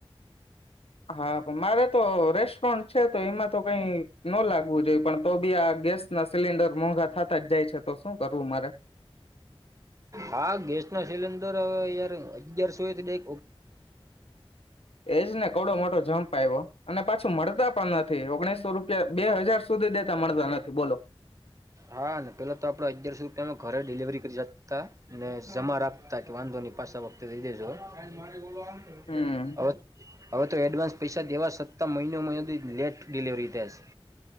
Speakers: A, on the left (about 70°); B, on the right (about 30°).
A: હા પણ મારે તો રેસ્ટોરન્ટ છે તો એમાં તો કઈ. ન લાગવું જોઈએ પણ તો બી આ ગેસ ના સિલિન્ડર. મોંઘા થતા જ જાય છે. તો શું કરવું મારે
B: હા ગેસ ના સિલિન્ડર. યાર અગિયાર સુો તો બેે.
A: એજ ને કડો મોટો જમ્પ આવ્યો અને પાછી. મળતા પણ નથી ઓગણીસો રૂપિયા બે હજાર. સુધી દેતા મળતા નથી બોલો
B: હા ને પેલા તો આપડ અગિયારસો રૂપિયામાં ઘરે ડિલિવરી. ત્રિજતા ને જમા રાખતા કે વાંધો. પાછવ. <unintelligible>
A: હમ
B: હવે તો એડવાન્સ. પૈસા દેવા સત્તાં મહિનોમાં લેટ ડિલિવરી દે શે.